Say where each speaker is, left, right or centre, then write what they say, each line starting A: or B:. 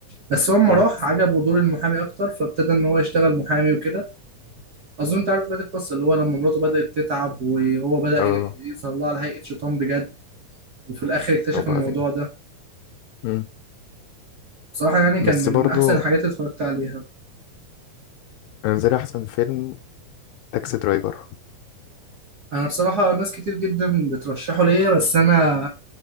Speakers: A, on the right (about 70°); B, on the left (about 80°).
A: بس هو اما
B: أمم.
A: راح عجبه دور المحامي اكتر فابتدى ان هو يشتغل محامي وكده اظن انت عارف بقى القصه اللي هو لما مراته بدات تتعب وهو بدا
B: اه
A: ي- يظهر لها على هيئه شيطان بجد وفي الاخر اكتشف
B: وبعدين
A: الموضوع ده
B: مم.
A: بصراحة يعني
B: بس
A: كان من
B: برضو
A: احسن الحاجات اللي اتفرجت عليها
B: انزل احسن فيلم تاكسي درايفر
A: انا بصراحة ناس كتير جدا بترشحه ليا بس انا